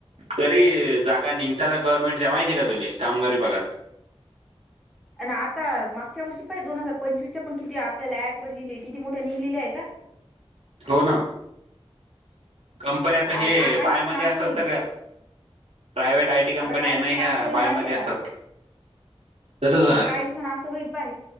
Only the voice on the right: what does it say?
तरी जागा निघता गव्हर्नमेंटच्या, माहिती आहे का तुले? कामगार विभागघात.
हो ना, कंपन्या
आता हे
बायामध्ये
असतात,
सगळ्या. Private I? टी कंपन्या
आहे
ना ह्या
बायामध्ये
असतात. तसंच होणार
आहे